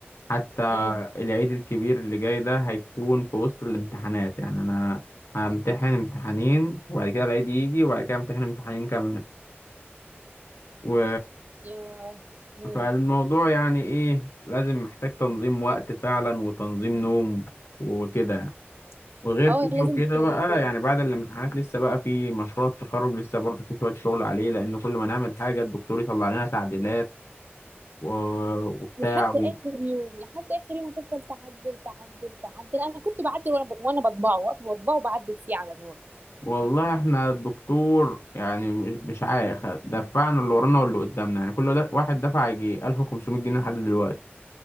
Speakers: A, on the left; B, on the right.
A: حتى
B: امم
A: العيد الكبير اللي جاي ده هيكون في وسط الامتحانات يعني أنا همتحن امتحانين وبعد كده العيد يجي وبعد كده امتحن امتحانين كمان و...
B: يا امم
A: فالموضوع يعني إيه لازم محتاج تنظيم وقت فعلا وتنظيم نوم وكده يعني وغير
B: اه
A: كده
B: لازم
A: وكده
B: ت-
A: بقى
B: تنام
A: يعني بعد الامتحانات
B: أمم.
A: لسه بقى في مشروع التخرج لسه برضه في شوية شغل عليه لأن كل ما نعمل حاجة الدكتور يطلع لنا تعديلات و... وبتاع
B: لحد
A: و...
B: اخر يوم لحد اخر يوم هتفضل تعدل تعدل تعدل انا كنت بعدل وانا ب... وانا بطبعه واقفه بطبعه وبعدل فيه على نور
A: والله احنا الدكتور يعني م- مش عارف دفعنا اللي ورانا واللي قدامنا يعني كل ده- واحد دفع يجي 1500 جنيه لحد دلوقتي